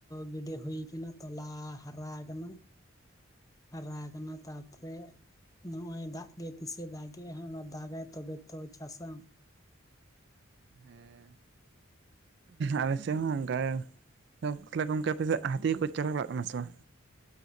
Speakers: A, on the left; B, on the right.
A: ᱜᱤᱰᱤ ᱦᱩᱭ ᱠᱟᱱᱟ ᱛᱚᱞᱟ ᱦᱟᱨᱟᱣ ᱟᱠᱟᱱᱟ᱾ ᱦᱟᱨᱟ ᱠᱟᱱᱟ ᱛᱟᱨᱯᱚᱨᱮ ᱱᱚᱜ-ᱚᱭ ᱫᱟᱜ ᱜᱮ ᱛᱤᱥᱮ ᱫᱟᱜ ᱮᱫᱟ ᱦᱟᱸᱜ᱾ ᱚᱱᱟ ᱫᱟᱜᱟᱭ ᱛᱚᱵᱮ ᱛᱚ ᱪᱟᱥᱟᱢ᱾
B: ᱦᱮᱸ᱾ ᱟᱞᱮᱥᱮᱫ ᱦᱚᱸ ᱚᱱᱠᱟ ᱜᱮ᱾ ᱛᱟᱦᱞᱮ ᱜᱚᱝᱠᱮ ᱟᱯᱮᱥᱮᱫ ᱦᱟᱹᱛᱤ ᱠᱚᱠᱚ ᱪᱟᱞᱟᱣ ᱵᱟᱲᱟᱜ ᱠᱟᱱᱟ ᱥᱮ ᱵᱟᱝ?